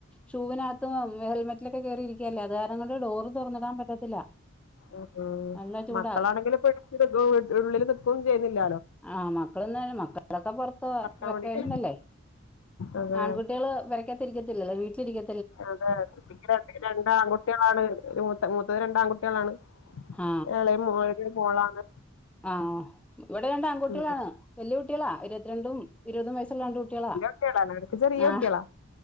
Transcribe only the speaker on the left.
ഉ ഉം
മക്കളാണെങ്കില് ഇപ്പൊ ഇടെ ഉള്ളില് നിക്കും ചെയ്യുന്നില്ല
നടക്കാൻ
വേണ്ടിട്ട് അതെ
അതാണ് ഇൻക്ക് രണ്ട് ആൺകുട്ടികൾ കുട്ടികളാണ് മൂത്ത മൂത്തത് രണ്ട് ആൺകുട്ടികളാണ്
എളെ മോള രു മോളാണ്
ഉം
ൻക്ക് ചെറിയ
കുട്ട്യള